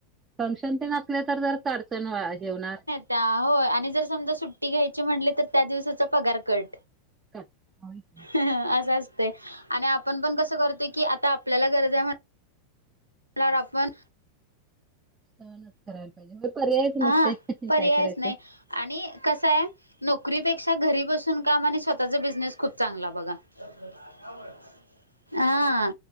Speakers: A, on the right (about 20°); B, on the right (about 85°).
A: फंक्शन ते आसन असल तर जरास अडचण हे होणार
B: त्या होय आणि जर समजा सुट्टी घ्यायची म्हटली तर त्या दिवसाचा पगार कट
A: का हो <unintelligible>
B: असं असतय आणि आपण पण कसं करतो की आता आ आपल्याला गरजय म्हण आपण
A: सहनच करायला पाहिजे हो पर्यायच
B: हा
A: नसतोय
B: पर्यायच
A: काय करायचं?
B: नाही आणि कसंय नोकरीपेक्षा घरी बसून काम आणि स्वतःचा बिझनेस खूप चांगला बघा <inaudible> हा